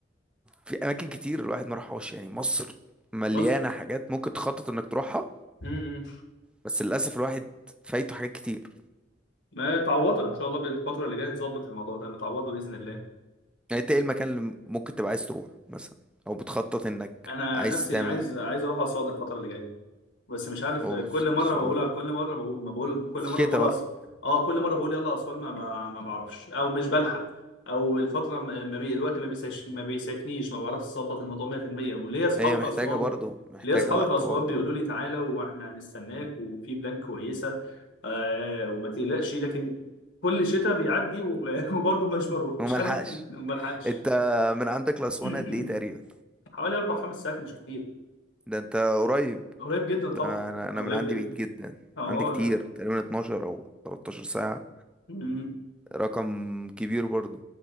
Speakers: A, in the centre; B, on the left (about 75°).
A: في اماكن كتير الواحد ما راحهاش يعني مصر مليانه
B: بص
A: حاجات ممكن تخطط انك تروحها
B: مم.
A: بس للاسف الواحد فايته حاجات كتير
B: ما تعوضها ان شاء الله بالفتره اللي جايه تظبط الموضوع ده متعوضه باذن الله
A: يعني انت ايه المكان اللي ممكن تبقى عايز تروح مثلا او بتخطط انك
B: انا
A: عايز
B: نفسي
A: تعمل
B: عايز
A: ده
B: عايز اروح اسوان الفتره اللي جايه بس مش عارف
A: وصون
B: كل مره بقولها كل مره بقول ما بقول كل
A: شتا
B: مره بقول
A: بقى
B: اصلا اه كل مره بقول يلا اسوان ما, ما, ما بعرفش او مش بلحق او الفتره ما ما بي الوقت ما بيساش ما بيسافنيش ما بعرفش اظبط الموضوع 100% وليا اصحابي
A: هي محتاجة
B: في اسوان
A: برضو محتاجة
B: ليا اصحابي
A: وقت
B: في اسوان
A: برضو
B: بيقولوا لي تعالى واحنا هنستناك وفي بلان كويسه آه وما تقلقش لكن كل شتاء بيعدي و- <laughs> وبرضه مش بروح
A: وملحقش
B: مش عارف ايه وما بلحقش
A: انت من عندك لأسوان
B: <clears throat>
A: قد ايه تقريبا
B: حوالي اربع خمس ساعات مش كتير
A: ده انت قريب
B: قريب جدا طبعا
A: ده انا أنا
B: قريب
A: من عندي
B: جدا
A: بعيد جدا
B: اه
A: عندي كتير تقريبا 12 او 13 ساعة
B: لا
A: رقم كبير برضو